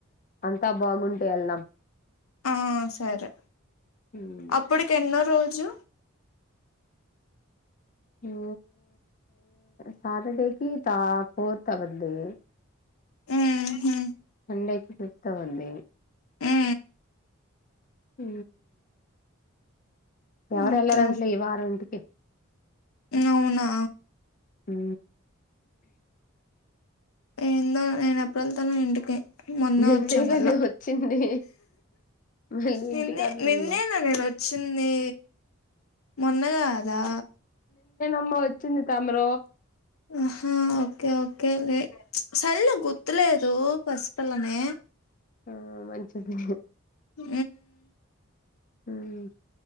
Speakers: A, on the left; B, on the left.
A: అంతా బాగుంటే వెళ్దాం
B: ఆ సరే
A: ఉమ్
B: అప్పుడికి ఎన్నో రోజు
A: ఉ సటర్డేకి త ఫోర్త్ అవుద్ది
B: ఉ హు
A: పండక్కి ఫిఫ్త్ అవుద్ది
B: ఉ
A: ఊ ఎవరు
B: ఓకే
A: ఎల్లారంటలే ఈ వార ఇంటికి
B: అవునా
A: ఉ
B: ఏందో నేను ఎప్పుడు వెళ్తానో ఇంటికి మొన్న
A: నిన్నే
B: వచ్చ మల్ల
A: కదే వచ్చింది మళ్ళీ
B: నిన్నే
A: ఇంటికి అంటున్నావ్
B: నిన్నేనా నేను వచ్చింది మొన్న గాదా
A: మ్మ వచ్చింది తమరు
B: ఆహా ఓకే ఓకే లే సల్లే గుర్తులేదు పసి పిల్లనీ
A: ఆ మంచిది
B: ఉ
A: ఉమ్